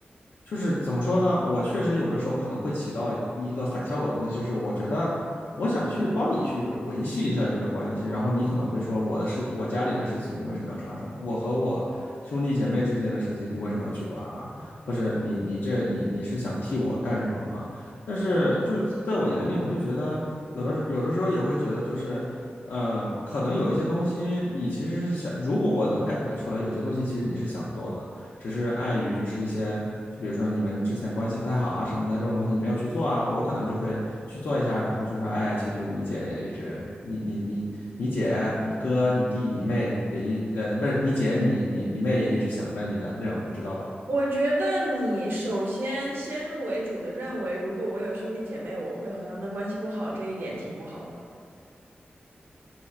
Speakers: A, on the left; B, on the right.
A: 就是怎么说呢？我确实有的时候可能会起到一个反效果的东西，就是我觉得我想去帮你去维系一下这个关系，然后你可能会说我的事，我家里的事情你为什么要插手？我和我兄弟姐妹之间的事情你为什么要去管啊？或者你你这你你是想替我干什么吗？但是就是在我眼里，我就觉得有的有的时候也会觉得就是。嗯呃，可能有一些东西你其实是想，如果我能感觉得出来，有些东西其实你是想做的，只是碍于就是一些，就比如说你们之前关系不太好啊什么的这种东西，你没有去做啊，我可能就会去做一下，然后就说，哎呀，其实你姐也一直，你你你你姐、你哥、你弟、你妹也一呃，不是你姐、你你你妹也一直想着你的这种，你知道吧？
B: 我觉得你首先先入为主的认为，如果我有兄弟姐妹，我会和他们的关系不好，这一点挺不好的。